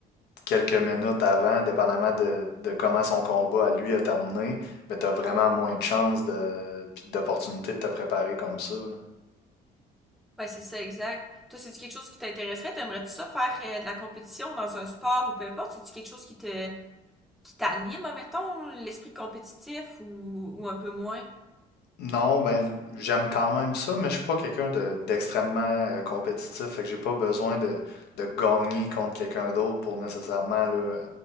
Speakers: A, on the left; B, in the centre.
A: quelques minutes avant, dépendamment de, de comment son combat à lui a terminé, ben t'as vraiment moins de chances de, puis d'opportunités de te préparer comme ça. là.
B: Ouais, c'est ça, exact. Toi, c'est-tu quelque chose qui t'intéresserait? T'aimerais-tu ça faire euh, de la compétition dans un sport ou peu importe? C'est-tu quelque chose qui te qui t'anime, mettons, l'esprit compétitif ou, ou un peu moins?
A: Non, ben j'aime quand même ça, mais je suis pas quelqu'un de- d'extrêmement euh, compétitif, fait que j'ai pas besoin de, de gagner contre quelqu'un d'autre pour nécessairement là,